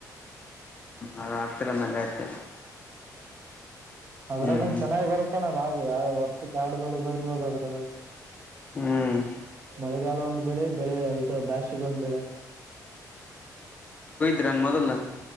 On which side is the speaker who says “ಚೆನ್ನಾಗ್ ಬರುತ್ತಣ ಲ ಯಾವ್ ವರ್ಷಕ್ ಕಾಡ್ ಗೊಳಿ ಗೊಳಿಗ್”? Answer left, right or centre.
Right